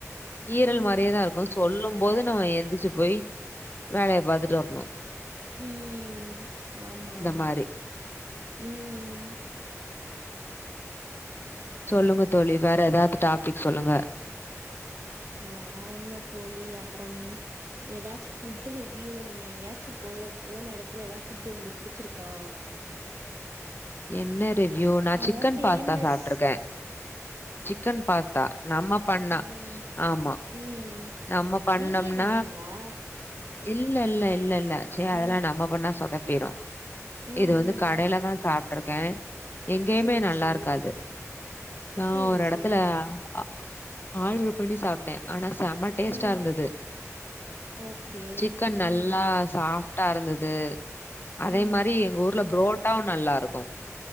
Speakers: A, on the left; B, on the right.
A: ஈரல்
B: ம்
A: மாரியேதா இருக்கு சொல்லும்போது நம்ம எந்திச்சு போய் வேலய பாத்துட்டு வரணு
B: ம் ஆமா ஆமா
A: மாரி.
B: ம்
A: சொல்லுங்க தோழி வேற எதாது டாபிக் சொல்லுங்க
B: வேற என்ன தோழி அப்பறம் ஏதாச்சு புட் ரிவ்யூ நீங்க எங்கயாச்சு போ போன இடத்துல ஏதாவது புட் உங்களுக்கு புடிச்சிருக்கா
A: என்ன ரிவ்யூ நான்
B: அதாவது
A: சிக்கன்
B: ஃபேமஸ்
A: பாஸ்தா சாப்ட்ருக்கே சிக்கன் பாஸ்தா நம்ம பண்ண
B: ம்
A: ஆமா
B: ம்
A: நம்ம பண்ணம்ன
B: நீங்களே பண்ணுவீங்களா
A: இல்ல
B: ம் ம்
A: இல்ல இல்ல இல்ல ச
B: ம்
A: அதெல்லா நம்ம பண்ணா சொத பிரு
B: ம்
A: இது வந்து கடையில தா சாப் இருக்கேன் எங்கேயுமே
B: சேரி
A: நல்லா
B: சேரி
A: இருக்காது நான்
B: சேரி
A: ஒரு எடத்துல
B: சேரி
A: ஆ ஆ ஆழ்வு படி சாப்ட ஆனா டேஸ்டா
B: ம்
A: இருந்தது
B: ஓகே
A: சிக்கன் நல்லா
B: ம்
A: சா சாஃப்டா இருந்தது அதே
B: ம்
A: மாரி எங்க ஊர்ல புரோட் நல்லா இருக்கு